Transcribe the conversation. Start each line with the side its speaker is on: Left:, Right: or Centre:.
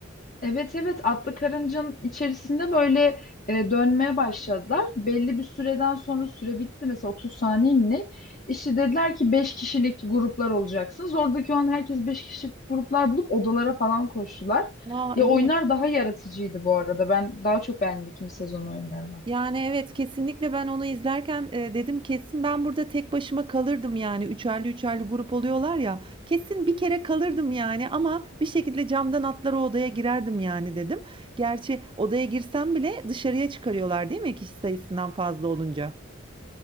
Left: Evet evet atlı karıncanın içerisinde böyle e, dönmeye başladılar. Belli bir süreden sonra süre bitti mesela 30 saniye mi ne? İşte dediler ki 5 kişilik gruplar olacaksınız. Oradaki o an herkes 5 kişilik gruplar bulup odalara falan koştular.
Right: Aa
Left: Ya
Right: evet.
Left: oyunlar daha yaratıcıydı bu arada. Ben daha çok beğendim ikinci sezon oyunlarını.
Right: Yani evet kesinlikle ben onu izlerken, eee, dedim kesin ben burada tek başıma kalırdım yani üçerli üçerli grup oluyorlar ya, kesin bir kere kalırdım yani ama bir şekilde camdan atlar o odaya girerdim yani dedim. Gerçi odaya girsem bile dışarıya çıkarıyorlar değil mi kişi sayısından fazla olunca?